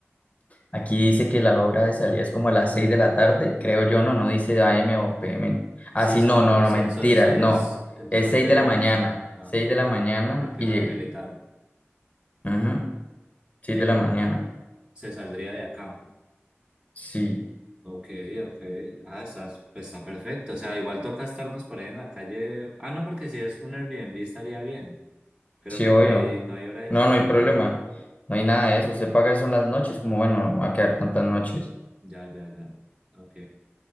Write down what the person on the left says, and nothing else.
Aquí dice que la hora de salida es como a las 6 de la tarde, creo yo, no, no dice AM o PM. Ah,
sí,
no, no, no,
mentira,
no.
Es
6
de
la
mañana,
6 de la mañana
y
llegué.
Ajá, 6
de la mañana.
Sí,
sí,
obvio.
No,
no hay problema, no hay nada de eso. Usted paga eso en las noches, como bueno, va a quedar tantas noches.